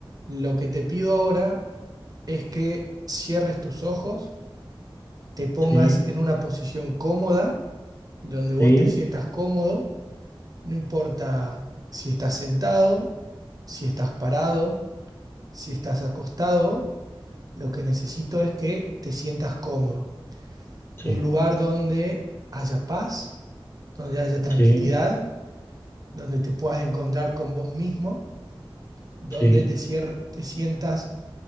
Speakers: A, on the right; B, on the left.
A: Lo que te pido ahora es que cierres tus ojos, te pongas
B: Sí,
A: en una posición cómoda, donde vos
B: sí,
A: te sientas cómodo, no importa si estás sentado, si estás parado, si estás acostado, lo que necesito es que te sientas cómodo.
B: sí,
A: Un lugar donde haya paz, donde haya tranquilidad,
B: sí,
A: donde te puedas encontrar con vos mismo, donde
B: sí,
A: te, cier- te sientas